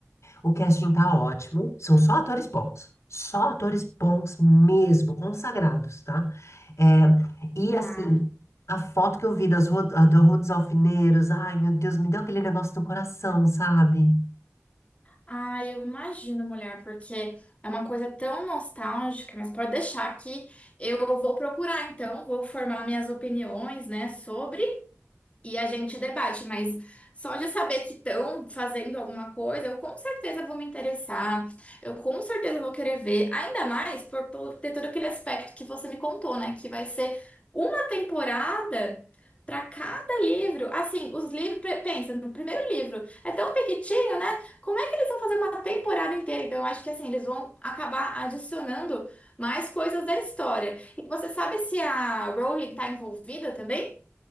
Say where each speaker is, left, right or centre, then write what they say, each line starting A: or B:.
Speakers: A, on the left (about 70°); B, on the left (about 25°).
A: o casting tá ótimo. São só atores bons. Só atores bons mesmo, consagrados, tá? É, e,
B: Tá.
A: assim. A foto que eu vi das ro- a- da Rua dos Alfineiros, ai meu Deus, me deu aquele negócio no coração, sabe?
B: Ah, eu imagino, mulher, porque é uma coisa tão nostálgica, mas pode deixar que eu vou procurar, então, vou formar minhas opiniões, né, sobre. E a gente debate, mas só de saber que estão fazendo alguma coisa, eu com certeza vou me interessar, eu com certeza vou querer ver, ainda mais por, por ter todo aquele aspecto que você me contou, né? Que vai ser uma temporada para cada livro. Assim, os livros, pe- pensa, no primeiro livro é tão pequitinho, né? Como é que eles vão fazer uma temporada inteira? Então, eu acho que assim, eles vão acabar adicionando mais coisas da história. E você sabe se a Rowling tá envolvida também?